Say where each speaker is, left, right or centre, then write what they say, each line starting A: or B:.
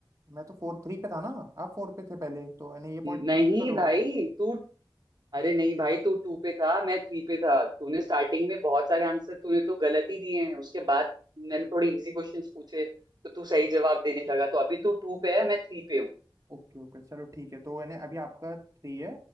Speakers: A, on the right; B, on the right.
A: मैं तो फोर थ्री पे था ना आप फोर पे थे पहले तो यानी ये
B: नहीं
A: पॉइंट कैंसिल हो
B: भाई
A: गया
B: तू अरे नहीं भाई तू टू पे था मैं थ्री पे था तूने स्टार्टिंग में बहुत सारे आंसर तूने तो गलत ही दिए हैं उसके बाद मैंने थोड़े इजी क्वेश्चंस पूछे तो तू सही जवाब देने लगा तो अभी तू टू पे है मैं थ्री पे हूँ
A: ओके ओके चलो ठीक है तो यानी अभी आपका थ्री है